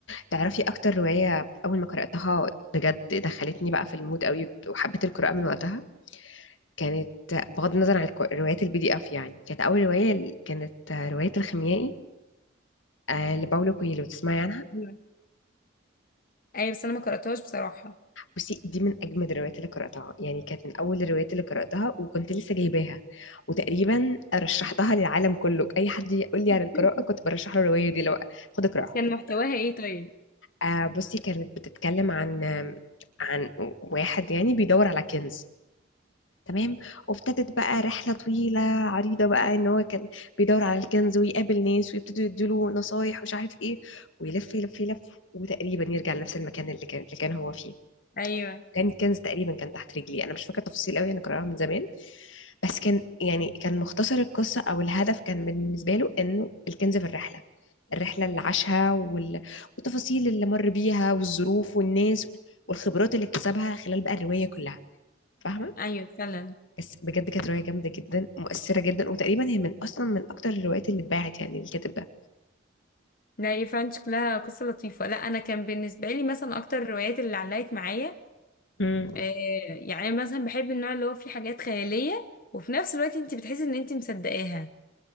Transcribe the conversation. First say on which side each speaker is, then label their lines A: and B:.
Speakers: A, on the left; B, on the left.
A: تعرفي اكتر رواية اول ما قرأتها بجد دخلتني بقى في المود قوي وحبيت القراءة من وقتها كانت بغض النظر عن الكو- روايات البي دي اف يعني كانت اول رواية ال- كانت رواية الخيميائي آه، لباولو كويلو تسمعي عنها
B: ايوه أيوة، بس انا ما قراتهاش بصراحه
A: بصي دي من اجمد الروايات اللي قراتها يعني كانت من اول الروايات اللي قراتها وكنت لسه جايباها وتقريبا رشحتها للعالم كله اي حد يقول
B: <laughs>
A: لي على القراءه كنت برشح له الروايه دي لو خد اقراها
B: كان
A: خد
B: محتواها
A: اقراها
B: ايه طيب
A: آه بصي كانت بتتكلم عن عن واحد يعني بيدور على كنز تمام وابتدت بقى رحلة طويلة عريضة بقى ان هو كان بيدور على الكنز ويقابل ناس ويبتدوا يديله نصايح ومش عارف ايه ويلف يلف يلف وتقريبا يرجع لنفس المكان اللي كان اللي كان هو فيه
B: ايوه
A: كان كنز تقريبا كان تحت رجلي انا مش فاكره التفاصيل قوي انا قراها من زمان بس كان يعني كان مختصر القصه او الهدف كان بالنسبه له انه الكنز في الرحله الرحله اللي عاشها وال... والتفاصيل اللي مر بيها والظروف والناس والخبرات اللي اكتسبها خلال بقى الروايه كلها فاهمه
B: ايوه فعلا
A: بس بجد كانت روايه جامده جدا مؤثره جدا وتقريبا هي من اصلا من اكتر الروايات اللي اتباعت يعني الكاتب ده
B: لا يا فعلا شكلها قصة لطيفة لا أنا كان بالنسبة لي مثلا أكتر الروايات اللي علقت معايا
A: امم
B: آه يعني أنا مثلا بحب النوع اللي هو فيه حاجات خيالية وفي نفس الوقت أنت بتحسي إن أنت مصدقاها